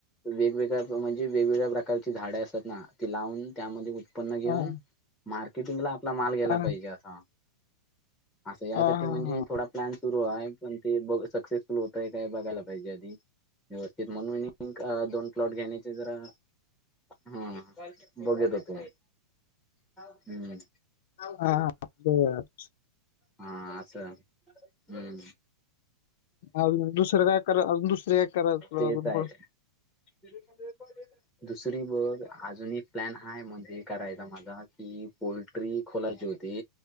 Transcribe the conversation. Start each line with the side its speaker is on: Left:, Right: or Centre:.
Centre: वेग-वेगळ्या, म्हणजे वेग-वेगळ्या प्रकारची झाडें असतात ना, ते लावून त्यामध्ये ऊत् पन्न घेऊन,
Left: हां,
Centre: मार्केटिंग ला आपला माल गेला
Left: हां.
Centre: पाहिजे, असा. असं यासाठी,
Left: हां, हां,
Centre: म्हणजे
Left: हां.
Centre: थोडा प्लॅन सुरू हाय, पण ते बघ सक्सेसफुल होतय काय, बघायला पाहिजे आधी. व्यवस्थित म्हणून <unintelligible> दोन प्लॉट घेण्याचे जरा हम, बघेत होतो, हम्म.
Left: हांव बां असं
Centre: हां असं हम्मं
Left: अजूंन दुसरं कायं करां अजूंन दुसरे कायं करां
Centre: तेच
Left: अजूंन
Centre: आहे
Left: कोणं
Centre: <inaudible> <unintelligible> दुसरी बघं अजूंन एक प्लॅन हां म्हणजे करांयचा माझां कि पोलोल्ट्री खोलांची होती